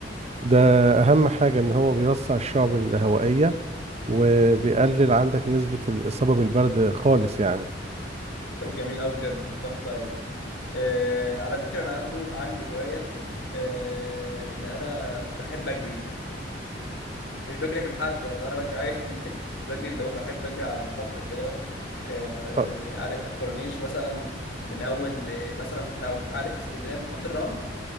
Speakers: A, on the right (about 35°); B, on the left (about 85°).
A: ده اهم حاجه ان هو بيوسع الشعب الهوائيه وبيقلل عندك نسبه الاصابه بالبرد خالص يعني
B: طب جميل قوي بجد تحفه قوي آه على فكره انا برضو عندي هوايه آه ان انا بحب اجري مش بجري من حد يعني لو انا بجري عادي <laughs> بجري اللي هو بحب اجري على البحر كده آه على- يعني
A: اه
B: عارف الكورنيش مثلا من اول آه، مثلا لو عارف في اسكندريه محطه الرمل